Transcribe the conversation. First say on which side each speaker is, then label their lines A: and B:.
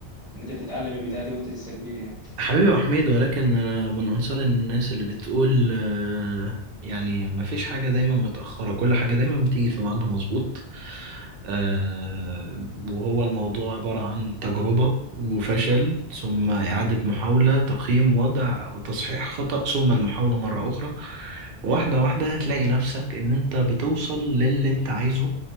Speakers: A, in the centre; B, on the right.
A: ان انت تتعلم البتاعة دي وانت لسه كبير يعني
B: حبيبي يا حميد ولكن آه، من أنصار الناس اللي بتقول آه، يعني مفيش حاجة دايما متأخرة كل حاجة دايما بتيجي في ميعادها مظبوط آه، وهو الموضوع عبارة عن تجربة وفشل ثم إعادة محاولة تقييم وضع وتصحيح خطأ ثم المحاولة مرة أخرى واحدة واحدة هتلاقي نفسك إن أنت بتوصل للي أنت عايزه